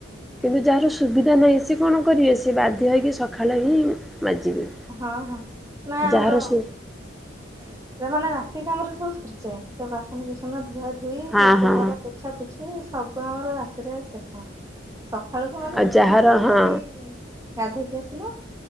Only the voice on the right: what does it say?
ହଁ ହଁ, ନାଇ ଆମର।
ସେ ମାନେ ରାତି କାମରେ ସବୁ ସରିଯାଏ। ସବୁ ବାସନ କୁସନ ଧୁଆ ଧୁଇ
ରୋଷେଇ
ଘର ପୋ। ପୋଛା ପୁଛି ସବୁ ଆମର ରାତିରେ ଶେଷ। ସଖାଳୁକୁ ମାନେ
କିଛି
ନଥିଲା।
ଖାଲି ଗାଧେଇକି ଆସିଲୁ